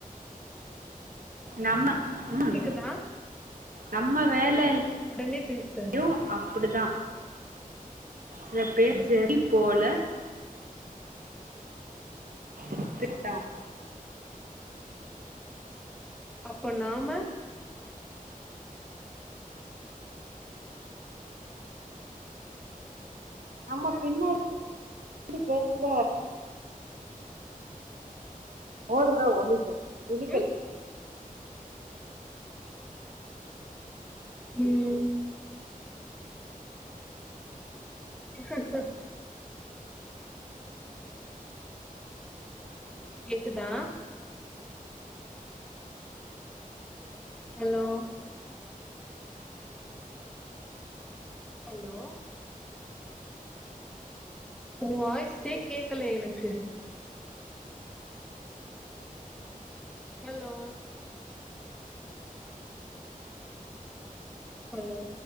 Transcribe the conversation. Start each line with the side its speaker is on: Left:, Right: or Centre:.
Right: நம்ம ம்
Centre: கேக்குதா
Right: நம்ம வேல
Centre: உடனே பேசு ட்ட
Right: ம் அப்பிடிதா சில பேர் ஜெடி போல விட்டுட்டன்
Centre: அப்ப நாம
Right: ஆமா பின்னால எப்டி பேசுற ஒடுகிற ஒலிக்கல் விணிகள்
Centre: ம் உம் கெட்செட் போட் கேக்குதா ஹலோ ஹலோ உங்க வாய்ஸே கேக்கல எனக்கு ஹலோ ஹலோ